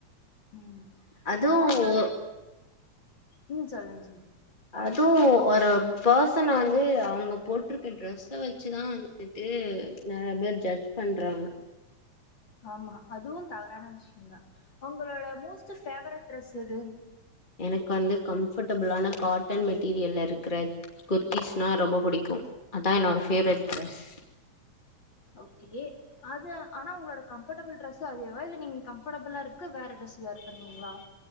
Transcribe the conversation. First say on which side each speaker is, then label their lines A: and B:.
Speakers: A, on the left (about 35°); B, on the left (about 20°).
A: ம்
B: அது ஒ
A: உங்களோட ம் சொல்லுங் சொல்லுங்
B: அது ஒரு பேர்சன வந்து அவுங்க போட்ருக்க ட்ரெஸ்ஸ வச்சுதா வந்ட்டு நெறைய பேர் ஜட்ஜ் பண்றாங்க
A: ஆமா அதுவு தவறான விஷியந்தா உங்களோட மோஸ்ட்டு ஃபேவரெட் ட்ரெஸ் எது
B: எனக் வந்து கம்ஃபர்ட்டபுளான காட்டன் மெட்டீரியல்ல இருக்குற குர்த்தீஸ்னா ரொம்பொ புடிக்கு அதான் என்னோட ஃபேவ்ரெட் ட்ரெஸ்
A: ஓகே அது ஆனா உங்களோட கம்ஃபர்டபுள் ட்ரஸ்ஸு அதேவா இல்ல நீங் கம் ஃப்ரபுலா இருக்க வேற டரெஸ் வியர் பண்வீங்ளா